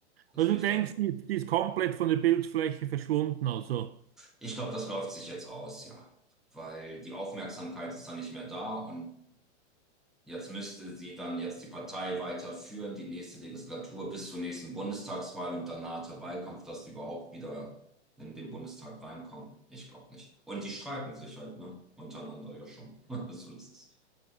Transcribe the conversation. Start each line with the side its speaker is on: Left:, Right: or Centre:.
Centre: Das
Right: Also
Centre: will
Right: du
Centre: ich
Right: denkst,
Centre: dann.
Right: die, die ist komplett von der Bildfläche verschwunden. Also,
Centre: Ich glaube, das läuft sich jetzt aus, ja. Weil die Aufmerksamkeit ist dann nicht mehr da und Jetzt müsste sie dann jetzt die Partei weiterführen, die nächste Legislatur bis zur nächsten Bundestagswahl und danach der Wahlkampf, dass die überhaupt wieder in den Bundestag reinkommen. Ich glaube nicht. Und die streiken sich halt, ne? Untereinander ja schon. <laughs> Also das ist,